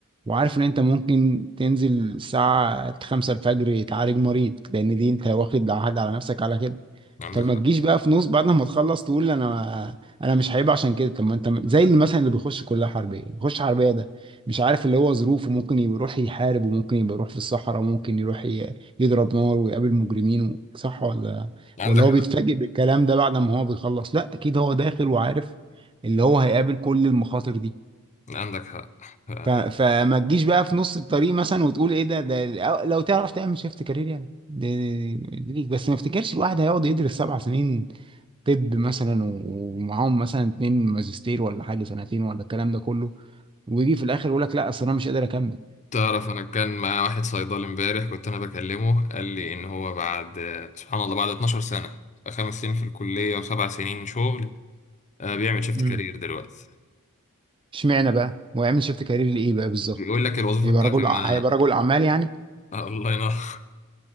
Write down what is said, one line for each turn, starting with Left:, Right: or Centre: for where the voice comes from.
Right: وعارف إن أنت ممكن تنزل الساعة خمسة الفجر تعالج مريض لأن دي أنت واخد عهد على نفسك على كده
Left: عندك
Right: فما
Left: حق
Right: تجيش بقى في نص بعد ما تخلص تقول انا انا مش هيبقى عشان كده طب ما انت زي اللي مثلا اللي بيخش كليه حربيه بيخش حربيه ده مش عارف اللي هو ظروفه ممكن يبقى يروح يحارب وممكن يبقى يروح في الصحراء وممكن يروح ي- يضرب نار ويقابل مجرمين و- صح ولا
Left: عندك
Right: ولا هو
Left: حق
Right: بيتفاجئ بالكلام ده بعد ما هو بيخلص لا اكيد هو داخل وعارف اللي هو هيقابل كل المخاطر دي
Left: عندك حق يعني
Right: ف... فما تجيش بقى في نص الطريق مثلا وتقول ايه ده ده لو تعرف تعمل شيفت كارير يعني ده ده- ده ليك بس ما افتكرش الواحد هيقعد يدرس سبع سنين طب مثلا و- ومعاهم مثلا اتنين ماجستير ولا حاجه سنتين ولا الكلام ده كله ويجي في الاخر يقول لك لا اصل انا مش قادر اكمل
Left: تعرف انا كان معايا واحد صيدلي امبارح كنت انا بكلمه قال لي ان هو بعد سبحان الله بعد 12 سنة خمس سنين في الكلية وسبع سنين شغل آه، بيعمل شيفت
Right: امم
Left: كارير دلوقتي
Right: اشمعنى بقى ويعمل شيفت كارير لايه بقى بالظبط
Left: بيقول لك الوظيفة
Right: يبقى
Left: بتاعتي
Right: رجل
Left: ما
Right: ع- هيبقى رجل اعمال يعني
Left: آه، الله ينور <laughs>